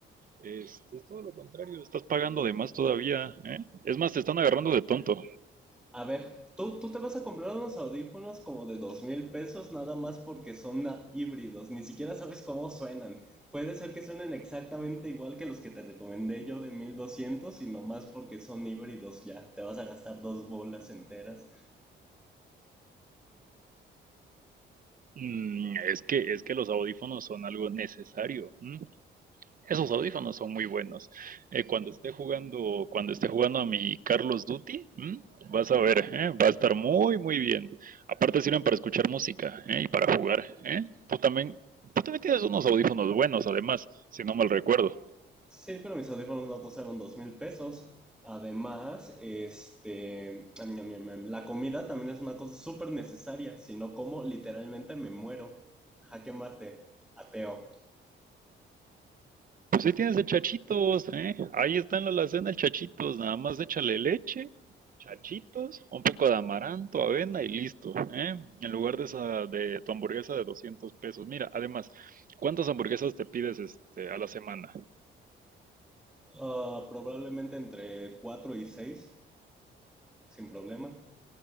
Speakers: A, on the right (about 45°); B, in the centre.
A: es, es todo lo contrario, estás pagando de más todavía, ¿eh? Es más, te están agarrando de tonto.
B: A ver, tú, tú te vas a comprar unos audífonos como de dos mil pesos nada más porque son na- híbridos, ni siquiera sabes cómo suenan. Puede ser que suenen exactamente igual que los que te recomendé yo de 1200 y nomás porque son híbridos ya, te vas a gastar dos bolas enteras.
A: Mm, es que, es que los audífonos son algo necesario. ¿m? Esos audífonos son muy buenos. Eh, cuando esté jugando, cuando esté jugando a mi Carlos Duty, ¿m? vas a ver, ¿eh? va a estar muy, muy bien. Aparte sirven para escuchar música, ¿eh? y para jugar, ¿eh? Tú también, tú también tienes unos audífonos buenos, además, si no mal recuerdo.
B: Sí, pero mis audífonos no costaron dos mil pesos. Además, este, am, am, am, am, la comida también es una cosa súper necesaria, si no como literalmente me muero. Jaque mate, ateo.
A: Pues ahí tienes el Chachitos, ¿eh? Ahí está en la alacena el Chachitos, nada más échale leche, Chachitos, un poco de amaranto, avena y listo, ¿eh? En lugar de esa de tu hamburguesa de 200 pesos. Mira, además, ¿cuántas hamburguesas te pides este a la semana?
B: Ah, probablemente entre 4 y 6 sin problema.